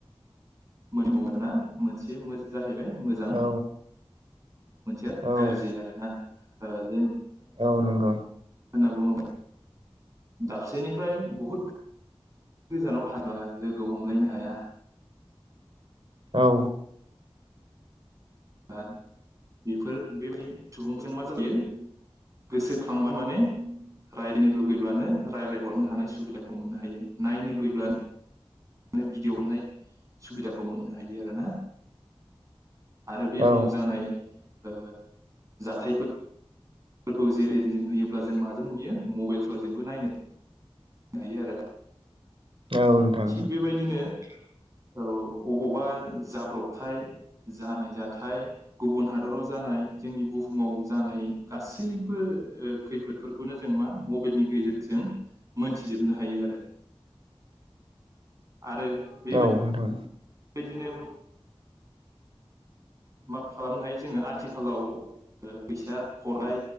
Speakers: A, on the right; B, on the right.
A: मोनबावो आरोना मोनसे मोजां जाहैबाय मोजां
B: औ
A: मोनसे
B: औ
A: गाज्रिआ आरो ना? ओ
B: औ नंगौ।
A: होना बुंबा दाबसेनिफ्राय बहुद गोजानाव थाब्ला लोगो हमलायनो हाया।
B: औ
A: बा बेफोर बेबायदि सुबुंजों मा जायो, गोसोखांबानो माने रायजलायनो लुुबैब्लानो रायज्लायहरनो हानाय सुबिदाखौ मोननो हायो। नायनो लुबैब्लानो भिडिय हर'नाय सुबिदाखौ मोननो हायो आरो ना। आरो बे
B: औ
A: मावजानाय ओ जाथाय फोरखौ जेरै जों होयोब्ला जों माजों नुयो। मबाइलफोर जोंबो नायनो हायो आरो,
B: औ नोंथां
A: थिग बेबायदिनो औ अबावबा जाब्रबथाय जानाय जाथाइ गुबुन हादराव जानाय जोंनि बुहुमाव जानाय गासैबो ओ खैफोदफोरखौनो जों मा मबाइलनि गेजेरजों मोनथिजोबनो हायो आरो आरो बेबाय
B: औ नोंथां
A: दिनो मा खालामनो हायो जोङो ‌आथिखालाव ओ फैसा हरलाय